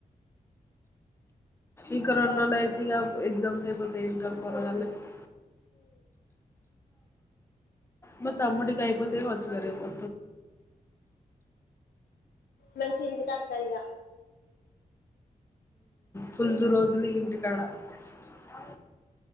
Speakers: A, on the left; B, on the left.
A: ఇక రెండు రోజులు అయితే ఇగ ఎగ్జామ్స్ అయిపోతయి ఇంటర్ పోరగల్లయి <inaudible> మా తమ్ముడి అయిపోతు వచ్చినరేమో
B: మంచిగ ఇంటికత్త ఇగ
A: ఫుల్లు రోజులు ఇంటికాడ అ